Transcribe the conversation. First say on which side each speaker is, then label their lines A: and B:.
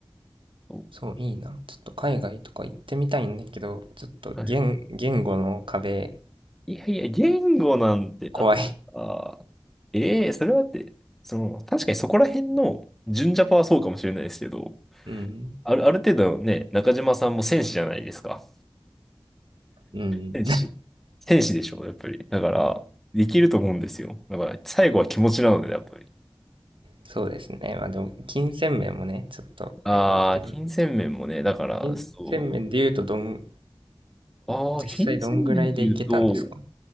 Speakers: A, in the centre; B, on the right.
A: そ
B: そう、いいな。ちょっと海外とか行ってみたいんだけど、ちょっと言、
A: うはい
B: 言語の壁
A: いやいや、言語なんて、だってさ、
B: 怖い。
A: ええそれはだって、その、確かにそこら辺の純ジャパはそうかもしれないですけど、
B: うん。
A: ある、ある程度ね、中島さんも戦士じゃないですか。
B: うん。
A: 天使。天使でしょ、やっぱり。だから、できると思うんですよ。だから、最後は気持ちなので、やっぱり。
B: そうですね。まあでも、金銭面もね、ちょっとありますけど、
A: ああー、金銭面もね、だから、
B: 金銭面で言うと、
A: そ
B: どん、
A: う。ああ、
B: 実際どんぐらいで行けたんですか
A: 金銭面っていうと、